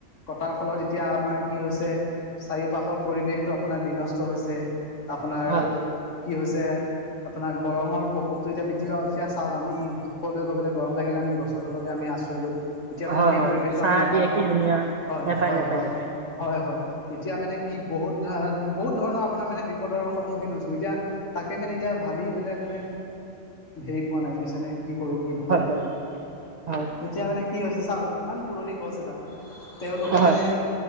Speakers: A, on the left (about 70°); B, on the right (about 70°).
A: কটাৰ ফলত এতিয়া আমাৰ কি হৈছে চাৰিওপাশৰ পৰিৱেশতটো আপোনাৰ বিনষ্ট হৈছে আপোনাৰ
B: হয়
A: কি হৈছে। আপোনাৰ গৰমৰ প্ৰকোপটো এতিয়া বৃদ্ধি হোৱা এতিয়া চাওক আমি সকলোৱে গৈ পেলে গৰম লাগিলে আমি গছৰ তলতে আমি আশ্ৰয় লওঁ। এতিয়াতোন
B: হয়
A: সেই
B: হয়
A: পৰিৱেশটো
B: চাহ
A: আমি নাপাও
B: দিয়ে কি
A: ন
B: ধুনীয়া
A: হয়,
B: নেপায়
A: হয়
B: নেপায়
A: হয়,
B: নেপায়
A: হয় হয়। এতিয়া মানে কি বহুত ধ বহুত ধৰণৰ আপোনাৰ মানে বিপদৰ সন্মুখীন হৈছো এতিয়া তাকে মানে এতিয়া ভাবি পেলাই মানে হেৰি পোৱা নাই বুজিছে নে কি কৰো কি নকৰো
B: হয় হয়। হয়
A: এতিয়া মানে কি হৈছে চাওক ইমান পুৰণি গছ এডাল তেওঁলোকে
B: হয়
A: মানে